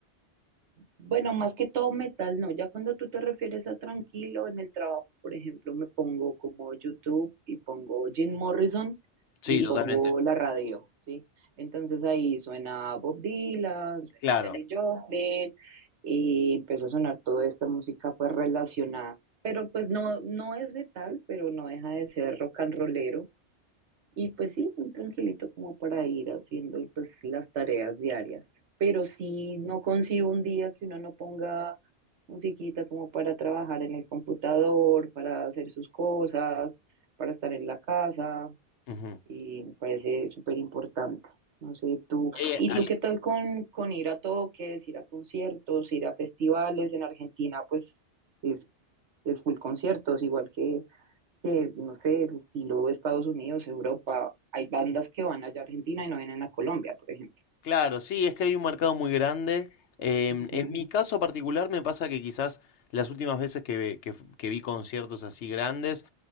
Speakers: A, on the right; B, on the left.
A: Bueno, más que todo metal, no. Ya cuando tú te refieres a tranquilo en el trabajo, por ejemplo, me pongo como YouTube y pongo Jim Morrison
B: Sí,
A: y pongo
B: totalmente.
A: la radio, ¿sí? Entonces ahí suena Bob Dylan, suena
B: Claro.
A: Janis Joplin y empezó a sonar toda esta música pues relacionada. Pero pues no, no es metal, pero no deja de ser rock and rollero. Y pues sí, muy tranquilito como para ir haciendo pues las tareas diarias. Pero sí, no consigo un día que uno no ponga musiquita como para trabajar en el computador, para hacer sus cosas, para estar en la casa.
B: Ujú.
A: Y me parece súper importante. No sé, tú.
B: Eh,
A: ¿Y
B: al-
A: tú qué tal con, con ir a toques, ir a conciertos, ir a festivales? En Argentina, pues es, es full conciertos, igual que que, no sé, el estilo de Estados Unidos, Europa, hay bandas que van allá a Argentina y no vienen a Colombia, por ejemplo.
B: claro, sí, es que hay un mercado muy grande. Em,
A: Ujú,
B: en mi caso particular me pasa que quizás las últimas veces que, ve- que- f- que vi conciertos así grandes,